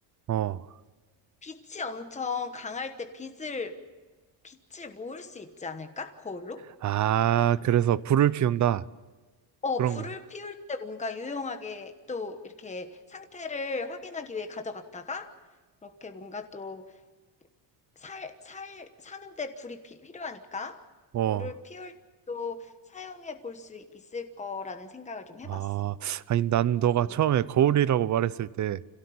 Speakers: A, on the right; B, on the left.
A: 어.
B: 빛이 엄청 강할 때 빛을, 빛을 모을 수 있지 않을까? 거울로?
A: 아, 그래서 불을 피운다.
B: 어,
A: 그런
B: 불을
A: 거.
B: 피울 때 뭔가 유용하게 또 이렇게 상태를 확인하기 위해 가져갔다가, 이렇게 뭔가 또 살, 살, 사는데 불이 피- 필요하니까
A: 어,
B: 불을 피울 또 사용해 볼 수 있을 거라는 생각을 좀 해봤어.
A: 아, 아니, 난 너가
B: 음.
A: 처음에 거울이라고 말했을 때,